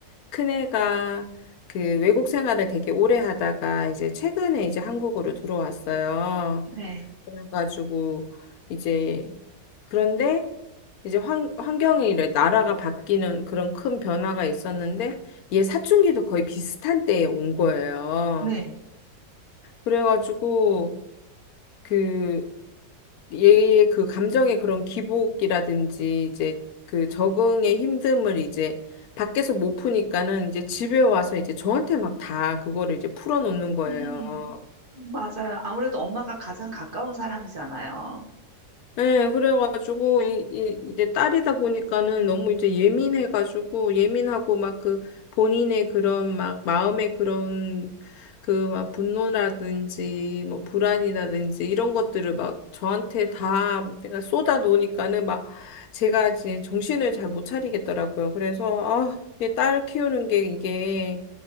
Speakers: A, on the left; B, on the right.
A: 큰애가 그 외국 생활을 되게 오래 하다가 이제 최근에 이제 한국으로 들어왔어요.
B: 네,
A: 그래가지고 이제 그런데 이제 환, 환경이 이래 나라가 바뀌는 그런 큰 변화가 있었는데 얘 사춘기도 거의 비슷한 때에 온 거예요.
B: 네.
A: 그래가지고 그 얘의 그 감정의 그런 기복이라든지 이제 그 적응의 힘듦을 이제 밖에서 못 푸니까는 이제 집에 와서 이제 저한테 막 다 그거를 이제 풀어놓는 거예요.
B: 음, 맞아요. 아무래도 엄마가 가장 가까운 사람이잖아요.
A: 네, 그래가지고, 이, 이, 이제 딸이다 보니까는 너무 이제 예민해가지고, 예민하고 막 그 본인의 그런 막 마음의 그런 그 막 분노라든지 뭐 불안이라든지 이런 것들을 막 저한테 다 내가 쏟아 놓으니까는 막 제가 이제 정신을 잘 못 차리겠더라고요. 그래서, 아, 이게 딸 키우는 게 이게,